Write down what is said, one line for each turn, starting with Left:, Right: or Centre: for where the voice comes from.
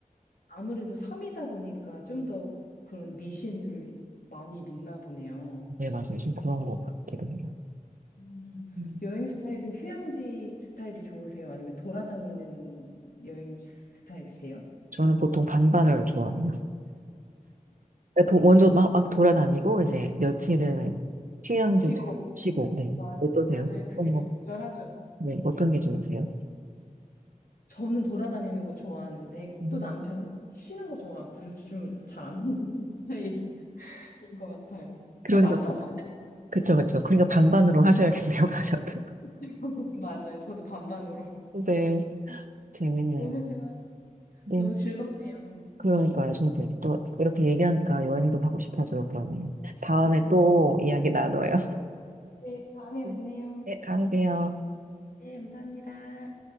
Left: 아무래도 섬이다 보니까 좀 더 그런 미신을 많이 믿나 보네요.
Right: 네, 맞아요. 좀 그런 것 같기도 해요.
Left: 음.
Right: 음.
Left: 여행 스타일은 휴양지 스타일이 좋으세요? 아니면 돌아다니는 여행 스타일이세요?
Right: 저는 보통 반반을 좋아합니다. 그러니까 도- 먼저 막, 막 돌아다니고 이제 며칠은 휴양지
Left: 쉬고.
Right: 잘 쉬고 네
Left: 마-
Right: 어떠세요?
Left: 맞아요. 그게
Right: 어떤
Left: 적절하죠.
Right: 거? 네 어떤 게 좋으세요?
Left: 저는 돌아다니는 거 좋아하는데
Right: 음.
Left: 또 남편은 쉬는 거 좋아하고 그래서 좀 잘 안 맞는 <laughs> 스타일인 것 같아요.
Right: 그러니까
Left: 잘 맞춰가야
Right: 부- 그쵸
Left: 돼.
Right: 그쵸 그러니까 반반으로 하셔야겠네요 <laughs> 가셔도
Left: <laughs> 맞아요. 저도 반반으로.
Right: 네 재밌네요
Left: 오늘 대화
Right: 네
Left: 너무 즐겁네요.
Right: 그러니까요 저도 또 이렇게 얘기하니까 여행도 가고 싶어져요 그러면 다음에
Left: 맞아요.
Right: 또 이야기 나눠요
Left: 네, 다음에
Right: <laughs>
Left: 뵙네요.
Right: 네 가세요
Left: 네, 감사합니다.